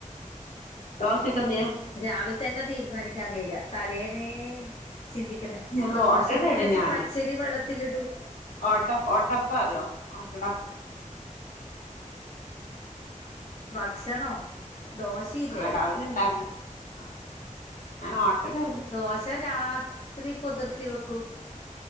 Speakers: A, on the left (about 75°); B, on the left (about 50°).
A: ദോശെക്കന
B: രാവിലെ തന്നെ തീരുമാനിക്കാൻ കഴിയ തലേന്നെ ചിന്തിക്കണ്ടേ
A: ഞാൻ
B: ദോശക്കന്ന്
A: ഓട്ടടയാണ്
B: വെച്ചാ
A: ഞാന്
B: പച്ചരി വെള്ളത്തിലിടുവാ
A: ഓട്ട ഓട്ടപ്പ അറിയോ ഓട്ടട
B: ഭക്ഷണോ ദോശയില്ലേ
A: ആഹ് രാവിലണ്ട ആഹ് ഞൻ ഓട്ടട അല്ല
B: ദോശ രാത്രി പൊതിർത്തി വെക്കും